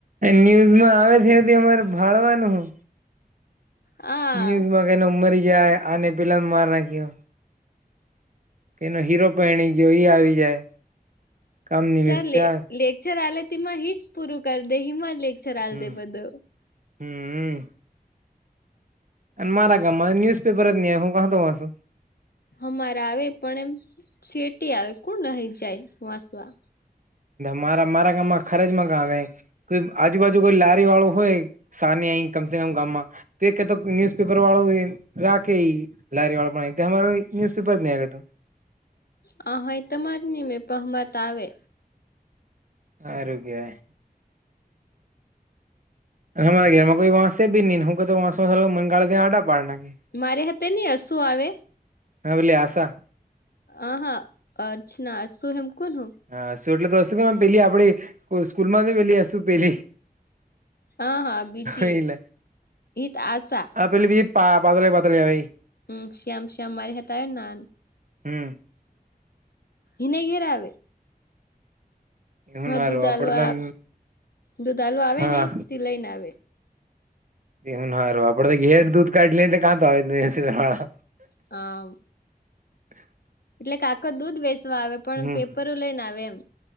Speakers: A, on the right (about 55°); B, on the left (about 70°).
A: ન્યુઝમાં આવે છેવથી, અમારે ભાણવાનું હું
B: હા
A: ન્યૂઝમાં પેલો મરી જાય, આને પેલાને માર નાખ્યો એનો હીરો પયણી ગયો, એ આવી જાય કામની
B: સર
A: ન્યુઝ
B: લે
A: ત્યાં
B: લેક્ચર આલે, તેમાં હી જ પૂરું કરી દે, હિમાં લેક્ચર
A: હમ
B: આલ દે બધુ
A: હમ, અને મારા ગામમાં ન્યૂઝ પેપર જ ની આવે, હું કહાતો વાસુ?
B: અમારા આવે પણ એમ, શેટી આવે, કોણ આહી જાય વાંસવા?
A: મારા મારા ગામમાં ખરેજ માંગાવે, કો આજુબાજુ કોઈ લારી વાળું હોય સાની આઈ કમ સે કમ ગામમાં, તે કતો ન્યુઝપેપર વાળો એ રાખે ઈ લારી વાળા પણ તે, એમારો ન્યૂઝ પેપર ની આવે
B: હ હા એ તમારે નઈ, મેં પહ માર ત આવે
A: હારુ કેવાય હમારા ઘરમાં કોઈ વસે ભી નહીં, હું કહું વસુ તો મને ગાળ દઈ આંટા પાડી નાખે
B: મારી હાથે ની હસુ આવે?
A: હા, ઓલી આસા?
B: અહ, અર્ચના, આસુ નામ કુનુ?
A: હસુ એટલે તો હસુ ખબર પેલી આપણી, સ્કૂલ માં બી પેલી હસુ પેલી.
B: હા, હા, બીજી.
A: એટલે
B: એ તો આસા
A: હા પેલી બી, પા પાતળી પાતળી આવે ઈ
B: હમ, શ્યામ શ્યામ મારી હાથે આવે ના!
A: હમ
B: ઈને ઘેર આવે!
A: એવું
B: હા,
A: ના હારું
B: દૂધ
A: આપડે
B: આલવા,
A: તો
B: દૂધ આલવા આવે
A: હા
B: ને, તે લઈને આવે.
A: એવું હારું, આપડે તો ઘેર દૂધ કાઢી લઈએ એટલે કાં તો આવે જ નહીં હસુ દેવા!
B: અ
A: <inaudible>
B: એટલે કાકા દૂધ વેસવા આવે, પણ
A: હમ
B: પેપર હો લઈને આવે એમ.